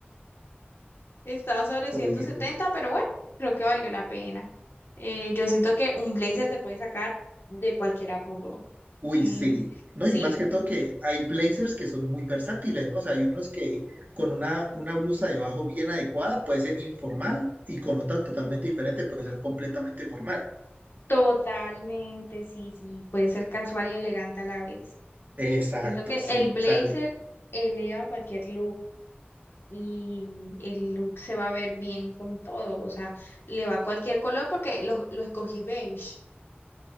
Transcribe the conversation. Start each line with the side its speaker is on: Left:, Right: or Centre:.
Left: Estaba sobre
Right: jodido.
Left: ciento setenta, pero bueno, creo que valió la pena. Eh, yo siento que un blazer te puede sacar de cualquier apuro.
Right: Uy,
Left: Mm,
Right: sí. No,
Left: sí,
Right: y más que todo que hay blazers que son muy versátiles, ¿no? O sea, hay unos que con una, una blusa debajo bien adecuada puede ser informal y con otra totalmente diferente puede ser completamente
Left: Mm,
Right: formal.
Left: totalmente, sí, sí. Puede ser casual y elegante a la vez.
Right: Exacto,
Left: Siento que
Right: sí.
Left: el blazer
Right: O sea,
Left: eleva cualquier look y el look se va a ver bien con todo, o sea, le va cualquier color porque lo, lo escogí beige.